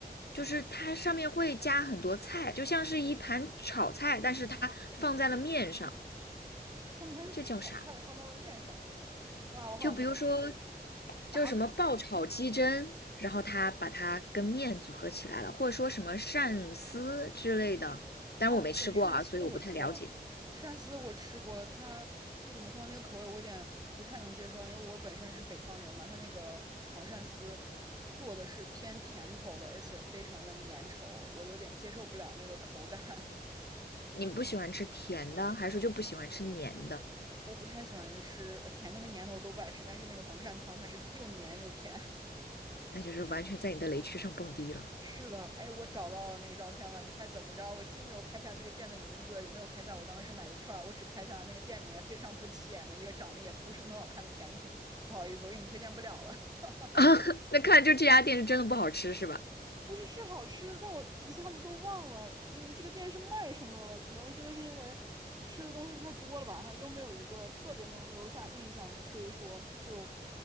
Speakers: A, on the left (about 70°); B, on the right (about 25°).
A: 就是它上面会加很多菜，就像是一盘炒菜，但是它放在了面上，
B: 像把炒菜放到了面上，
A: 这叫啥？
B: 哇，我好像没有吃哎。
A: 就比如说，
B: 打卤面，
A: 就是什么爆炒鸡胗，然后他把它跟面组合起来了，或者说什么鳝丝之类的。但是我没吃过啊，
B: 哦，对，鳝丝我吃了，
A: 所以我不太了解。
B: 鳝丝我吃过，它就怎么说那个口味我有点不太能接受，因为我本身是北方人嘛，它那个黄鳝丝做的是偏甜口的，而且非常的粘稠，我有点接受不了那个口感。<laughs>
A: 你不喜欢吃甜的，还是说就不喜欢吃黏的？
B: 我不太喜欢吃呃甜的和粘的，我都不爱吃，但是那个黄鳝汤它是又粘又甜。
A: 那就是完全在你的雷区上蹦迪了。
B: 是的，哎，我找到了那个照片了。你猜怎么着？我既没有拍下这个店的名字，也没有拍下我当时买的券儿，我只拍下了那个店里面非常不起眼的一个长得也不是很好看的甜品。不好意思，我给你推荐不了了。<laughs>
A: <laughs> 那看来就这家店是真的不好吃，是吧？
B: 不是是好吃的，但我一下子都忘了，嗯，这个店是卖什么的了？可能真的是因为吃的东西太多了吧，哈，又没有一个特别能留下印象的，所以说就